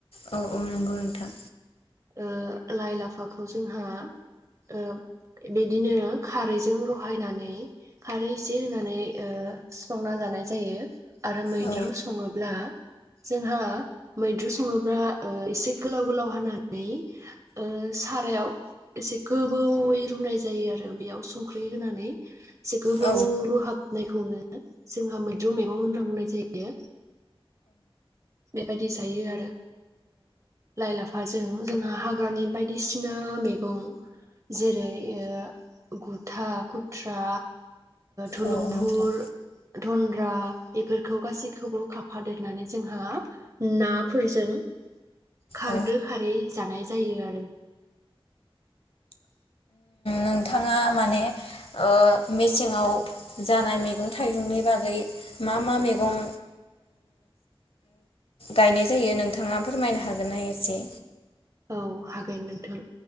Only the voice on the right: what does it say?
ओ लाइ लाफाखौ जोंहा ओ बिदिनो खारैजों रहायनानै खारै एसे होनानै ओ संना जानाय जायो आरो मैद्रु
सङोब्ला जोंहा मैद्रु सङोब्ला ओ एसे गोलाव गोलाव हानानै नै ओ सारायाव एसे गोबौयै रुनाय जायो आरो बेयाव संख्रै होनानै एसे गोबौ
रुहाबनायखौ खौनो जोंहा मैद्रु मैगं होनना बुंनाय जायो। बेबायदि जायो आरो लाइ लाफाजों जोंहा हाग्रानि बायदिसिना बायसिना मैगं जेरै गुद गुथा खुथ्रा धुलुंफुर
बा बेफोरखौ गासैखौबो खाफादेरनानै जोंहा नाफोरजों खारदो
खारै जानाय जायो आरो
औ हागोन नोंथां